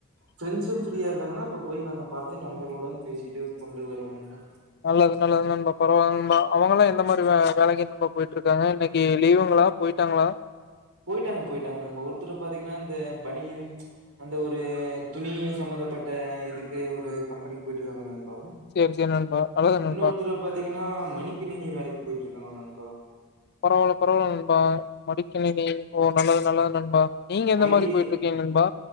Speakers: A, on the right; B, on the left.
A: ஃப்ரெண்ட்ஸும் ஃப்ரீயா இருந்தாங்கன்னா அப்ப போய் நாங்க பாத்து நண்பர்களுடன் பேசிட்டு கொண்டு வருவோ நண்பா
B: நல்லது நல்லது நன்பா பரவால்லா நண்பா அவங்கல்லா எந்த மாரி வேலைக்கு நண்பா போயிட்டு இருக்காங்க இன்னிக்கு லீவுங்களா போயிட்டாங்களா
A: போயிட்டாங்க போயிட்டாங்க நண்பா ஒருத்தரு பாத்தீங்கன்னா அந்த பணியன் அந்த ஒரு துணி சம்பந்தப்பட்ட இதுக்கு ஒரு கம்பெனிக்கு போயிட்டு இருக்காங்க நண் அலோ
B: சேரி சேரி நண்பா நல்லது நண்பா
A: இன்னொருத்தரு பாத்தீங்கன்னா மடிக்கணினி வேலைக்கு போயிட் இதாங்க நண்பா
B: பரவால பரவால நண்பா மடிக்கணினி ஓ நல்லது நல்லது நண்பா நீங்க எந்த
A: ஐடி
B: மாரி போயிட்ருக்கீங்க நண்பா